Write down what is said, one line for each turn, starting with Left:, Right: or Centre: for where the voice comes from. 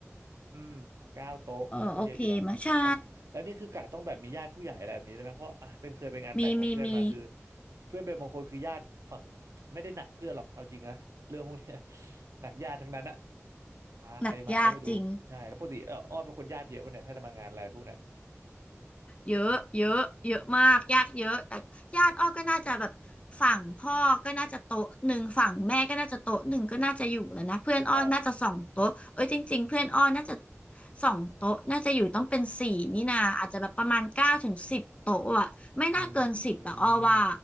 Right: มเก้าโต๊ะโอ้โหก็เยอะอยู่นะอันแล้วนี่คือกะต้องแบบมีญาติผู้ใหญ่อะไรแบบนี้ได้ไหมเพราะอ่ะเป็นเคยไปงานแต่งของเพื่อนมาคือ
Left: เออโอเคมาใช่มีมีมี
Right: เพื่อนเป็นบางคนคือญาติฝั่งไม่ได้หนักเพื่อนหรอกเอาจริงนะเรื่องพวกเนี้ย <laughs> หนักญาติทั้งนั้นอะพาใครมาก็ไม่รู้ใช่แล้วปกติเอออ้อมเป็นคนญาติเยอะปะเนี่ยถ้าจะมางานอะไรพวกเนี้ย
Left: หนักยากจริง เยอะเยอะเยอะมากยากเยอะแต่ญาติอ้อก็น่าจะแบบฝั่งพ่อก็น่าจะโต๊ะหนึ่งฝั่งแม่ก็น่าจะโต๊ะหนึ่งก็น่าจะอยู่แล้วนะเพื่อนอ้อน่าจะสองโต๊ะเอ้ยจริงๆเพื่อนอ้อน่าจะ
Right: ครับ
Left: สองโต๊ะน่าจะอยู่ต้องเป็นสี่นี่นาอาจจะแบบประมาณเก้าถึงสิบโต๊ะอะไม่น่าเกินสิบอะอ้อว่า
Right: อืม